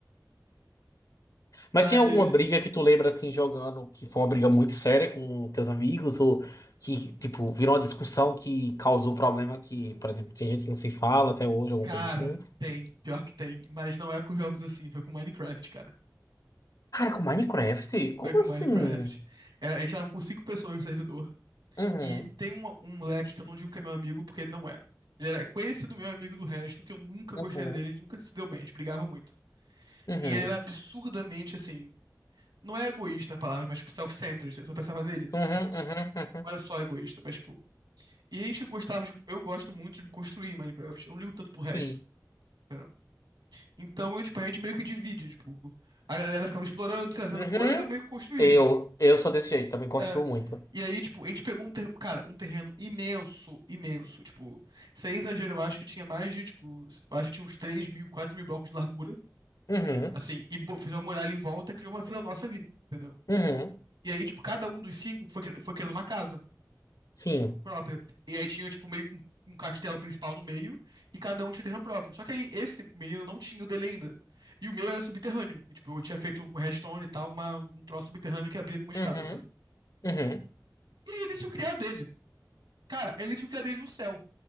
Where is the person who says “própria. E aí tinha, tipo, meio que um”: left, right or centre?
Right